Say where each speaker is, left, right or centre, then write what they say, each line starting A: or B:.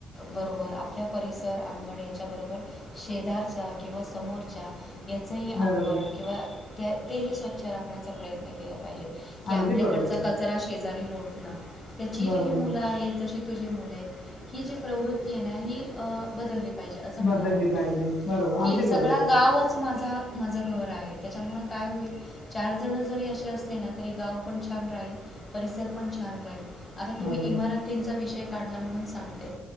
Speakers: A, on the left; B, on the left.
A: बरोबर आपल्या परिसर अंगण याच्याबरोबर- शेजारचा किंवा समोरच्या. याचंही अंगण
B: बरोबर
A: किंवा त्या तेही स्वच्छ राखण्याचा प्रयत्न केला पाहिजे. की
B: अगदी
A: आपल्याकडचा
B: बरोबर
A: कचरा शेजारी लोटुणं लावण त्याची
B: बरोबर
A: जी ही मुलं आहेत जशी तुझी मुलं आहेत. ही जी प्रवृत्ती आहे ना ही अ बदलली पाहिजे. पाहिजे असं मला
B: बदलली
A: वाटतं
B: पाहिजे बरोबर
A: की
B: अगदी बरोबर
A: सगळा गावच माझं माझं घर आहे. त्यांच्यामुळ काय होईल चार जण जरी असे असले ना तरी गाव पण छान राहील परिसर पण छान छान राहील आता तुम्ही
B: बरोबर
A: इमारतींचा विषय म्हणून सांगते